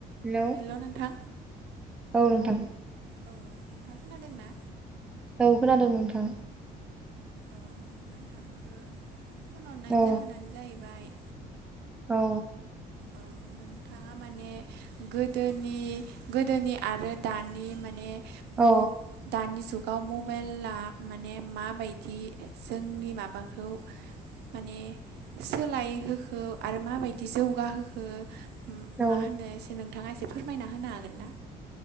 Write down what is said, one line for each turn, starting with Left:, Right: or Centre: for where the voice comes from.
Centre: Hello
Right: hello नोंथां
Centre: औ नोंथां
Right: औ नोंथाङा खोनादों ना
Centre: औ खोनादों नोंथां
Right: औ नोंथांखौ फन हरनायनि
Centre: औ
Right: जाहोनानो जाहैबाय
Centre: औ
Right: ओ नोंथाङा माने गोदोनि गोदोनि आरो दानि माने
Centre: औ
Right: मुब दानि जुगाव मबाइला माने माबायदि जोंनि माबाखौ माने सोलायहोखो आरो माबायदि जौगाहोखो
Centre: औ
Right: मा होनो एसे नों नोंथाङा एसे फोरमायना होनो हागोन ना